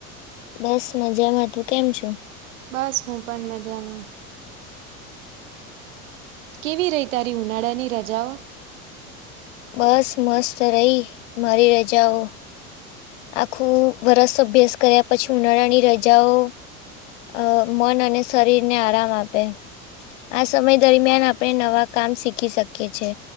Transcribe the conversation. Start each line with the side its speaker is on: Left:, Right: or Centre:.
Left: બસ મજામાં તું કેમ છે.
Right: બસ હું પણ મજામાં. કેવી રહી તારી ઉનાળાની રજાઓ?
Left: બસ મસ્ત રહી મારી રજાઓ. આખું વર્ષ અભ્યાસ કર્યા પછી ઉનાળાની રજાઓ અ મન અને શરીર ને આરામ આપે. આ સમય દરમિયાન આપણે નવા કામ શીખી શકીએ છે.